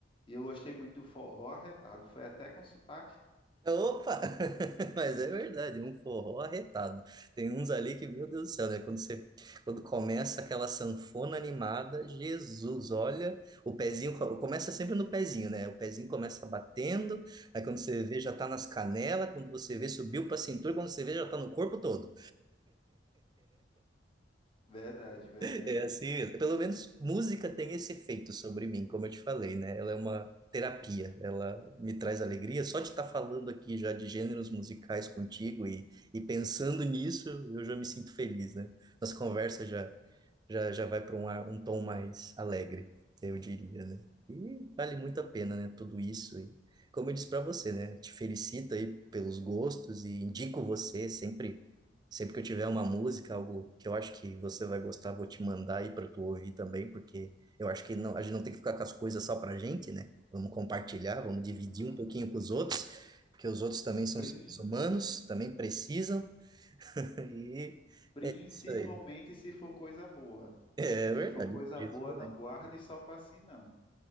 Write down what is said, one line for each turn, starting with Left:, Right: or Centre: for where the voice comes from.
Left: E eu gostei muito do forró arretado. Foi até com sotaque.
Right: Opa! <laughs> Mas é verdade, um forró arretado. Tem uns ali que, meu Deus do céu, né? Quando você, quando começa aquela sanfona animada, Jesus, olha, o pezinho co- começa sempre no pezinho, né? O pezinho começa batendo, aí quando você vê já tá nas canelas, quando você vê subiu pra cintura, quando você vê já tá no corpo todo.
Left: Verdade, verdade.
Right: <laughs> É assim mesmo. Pelo menos música tem esse efeito sobre mim, como eu te falei, né? Ela é uma terapia, ela me traz alegria. Só de estar falando aqui já de gêneros musicais contigo e, e pensando nisso, eu já me sinto feliz, né? Nossa conversa já, já, já vai para um, ar- um tom mais alegre, eu diria, né? E vale muito a pena, né? Tudo isso. E como eu disse para você, né? Te felicito aí pelos gostos e indico você sempre Sempre que eu tiver uma música, algo que eu acho que você vai gostar, vou te mandar aí para tu ouvir também, porque eu acho que não, a gente não tem que ficar com as coisas só pra gente, né? Vamos compartilhar, vamos dividir
Left: Ah,
Right: um pouquinho com os outros, porque os outros também são
Left: prin-
Right: seres humanos, também precisam. <laughs> E
Left: principalmente
Right: é isso aí.
Left: se for coisa boa.
Right: É
Left: Se
Right: verdade,
Left: for coisa
Right: isso
Left: boa,
Right: <laughs>
Left: não guarde só pra si, não.